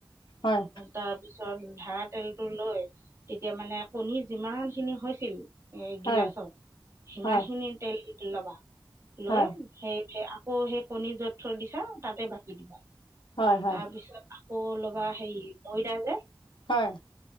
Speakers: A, on the left; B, on the right.
A: হয়
B: তাৰপিছত ধাৰা তেলতটো লৈ তেতিয়া মানে কণী যিমান খিনি হৈছিল এই
A: হয়
B: গিলাচত সিমাখিনি
A: হয়
B: তেল লবা লৈ
A: হয়
B: সেই আকৌ সেই কণী য'ত চ দিছা তাতে বাকি দিবা,
A: হয় হয়
B: তাৰপিছত আকৌ লগ'বা হেৰি মৈদা যে
A: হয়।